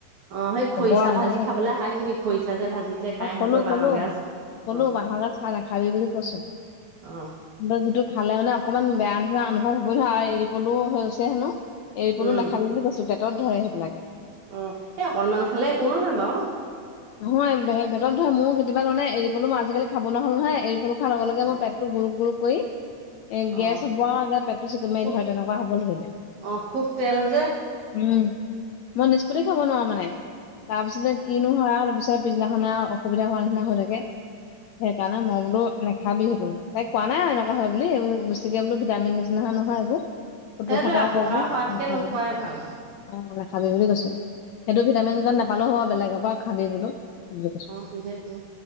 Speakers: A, on the right; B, on the left.
A: অ সেই
B: ক'ব
A: খৰিচা
B: আৰু
A: ভাজি
B: কৈছে
A: খাবলৈ শাক দিবি খৰিচা যে ভাজি যে খাই
B: অ
A: সিহঁতৰ
B: কলো
A: বাঁহৰ
B: কলো
A: গাজ
B: কলো
A: অ
B: বাহৰ গাছ খাহ নাখাবি বুলি কৈছো
A: অ
B: ত যিটো খালে মানে অকণমান বেয়া নিচৰা অনুভৱ হ'ব নহয় আও এৰি পলুও হৈছে হেনো এৰি পলো
A: উম
B: নাখাবি বুলি কৈছো পেটত ধৰে সেইবিলাকে
A: উম এই অকনমান খালে একো নহয় বাওঁ
B: নহয়েই পেটত ধৰে মোৰো কেতিয়াবা তাৰমানে এৰি পলু মই আজিকালি খাব নোৱাৰা হলো নহয় এৰি পলো খোৱাৰ লগে
A: অ
B: মোৰ পেট টো গুৰুক গুৰুক কৈ এ গেছ
A: অ
B: হব আও পেটটো চিকুত মাৰি
A: খুব
B: ধৰে তেনেকুৱা হবলে ধৰিলে
A: অ খুব তেল যে
B: উম মই নিষ্পত্তি খাব নোৱাৰো মানে তাৰ পিছতে
A: উম
B: কিনো হয় তাৰপিছত পিছদিনাখনে অসুবিধা হোৱা নিচিনা হৈ থাকে সেইকাৰণে মই বোলো নে নেখাবি সেইটো তাইক কোৱা নাই এনেকুৱা হয় বুলি এইবোৰ বেছিকে বোল ভিটামিন নিচিনা নহয় এইবোৰ। ফুতৰ
A: সেইটোৱে
B: ফাটাৰ
A: পকা
B: কৰিব
A: হোৱাতকে
B: নাখাবি।
A: নোখোৱাই ভাল
B: অ নাখাবি বুলি কৈছো সেইটো ভিটামিন জগ নাপালেও হ'ব বেলেগৰ পৰা খাবি বোলো। বুলি কৈছো
A: অ, সেইটোৱে সেইটোৱে